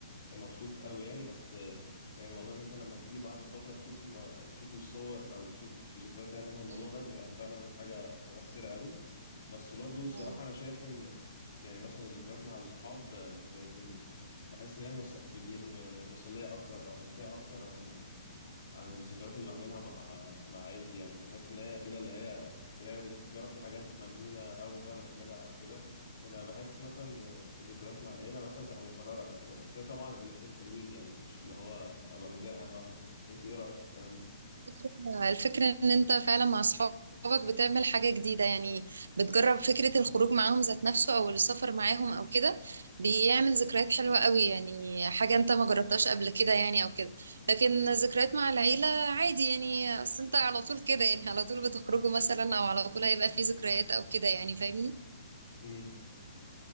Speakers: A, on the left; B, on the right.
A: مبسوط قوي يعني بس آه، يعني موضوع ان انت لما تيجي بعد فتره تشوف الم... تشوف الصور او تشوف ذكريات ليها علاقه بالموضوع
B: مم.
A: ده بيبقى فعلا حاجه مؤثره قوي بس برضو الصراحه
B: أيوة.
A: انا شايف ان يعني مثلا الذكريات مع الصحاب ب- ب- بكون بحس ان هي مس... بلي- م- مسليه اكتر او ممتعه اكتر عن عن الذكريات اللي بعملها مع مع عيلتي يعني بحس ان هي كده اللي هي بنعمل نجرب في حاجات مجنونه اول مره نعملها او كده انا بحس مثلا ذكريات مع العيله مثلا بتبقى مكرره او كده بس هي طبعا الاتنين حلوين يعني مش اللي هو ابقى متضايق عن واحده يعني انت ايه رايك في الكلام ده
B: الفكرة الفكرة ان انت فعلا مع اصحابك بتعمل حاجة جديدة يعني بتجرب فكرة الخروج معاهم ذات نفسه او السفر معاهم او كده بيعمل ذكريات حلوة قوي يعني حاجة انت ما جربتهاش قبل كده يعني او كده لكن ذكريات مع العيلة عادي يعني اصل انت على طول كده يعني على طول بتخرجوا مثلا او على طول هيبقى في ذكريات او كده يعني فاهمني
A: امم